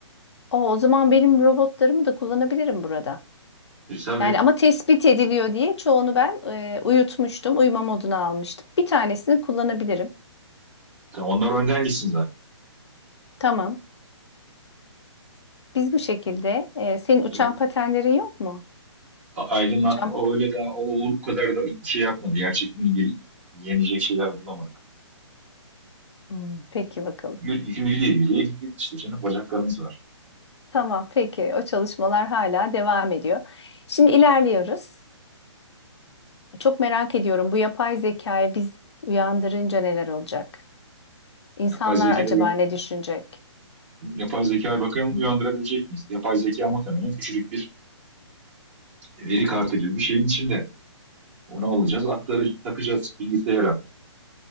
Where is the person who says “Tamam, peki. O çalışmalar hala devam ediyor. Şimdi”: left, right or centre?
Left